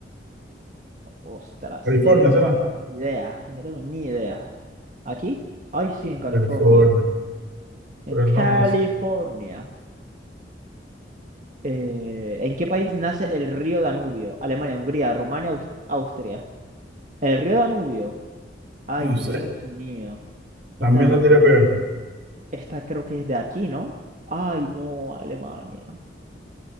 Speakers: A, on the right; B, on the right.
A: Ostras,
B: California,
A: no tengo
B: ¿será?
A: ni idea. No tengo ni idea. ¿Aquí? Ay, sí, en California.
B: California,
A: En
B: por el
A: California.
B: nombre, sí.
A: Eh, ¿en qué país nace el río Danubio? Alemania, Hungría, Rumania, Aus- Austria. El río Danubio. Ay,
B: no sé.
A: Dios mío. Esta,
B: También la tira a pegar,
A: esta creo que es de aquí, ¿no? Ay, no, Alemania.